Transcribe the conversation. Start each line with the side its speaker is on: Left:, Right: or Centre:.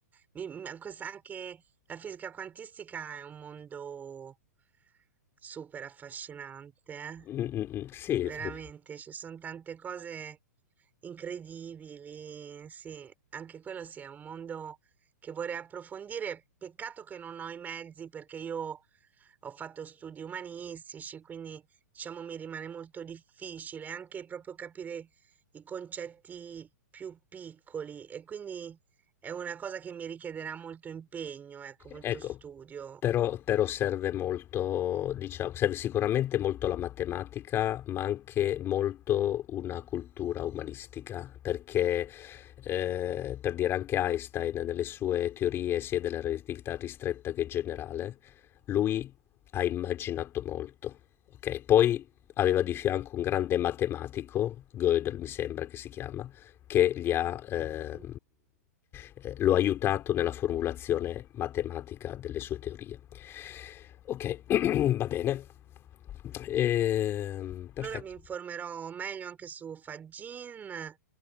Right: mi- mi- questa- anche la fisica quantistica è un mondo super affascinante, eh.
Left: Mh-mh-mh, sì,
Right: Veramente,
Left: f
Right: ci sono tante cose incredibili. Sì, anche quello sì, è un mondo che vorrei approfondire. Peccato che non ho i mezzi perché io. Ho fatto studi umanistici, quindi diciamo mi rimane molto difficile anche proprio capire i concetti più piccoli e quindi è una cosa che mi richiederà molto impegno, ecco, molto
Left: Ecco,
Right: studio.
Left: però, però serve molto, diciamo, serve sicuramente molto la matematica, ma anche molto una cultura umanistica, perché eh, per dire anche Einstein nelle sue teorie sia della relatività ristretta che generale, lui ha immaginato molto, ok? Poi aveva di fianco un grande matematico, Gödel mi sembra che si chiama, che gli ha, ehm,
Right: Mhm.
Left: eh, lo ha aiutato nella formulazione matematica delle sue teorie. Ok, <clears throat> <coughs> va bene. Ehm, perfetto,
Right: Allora mi informerò meglio anche su Fagin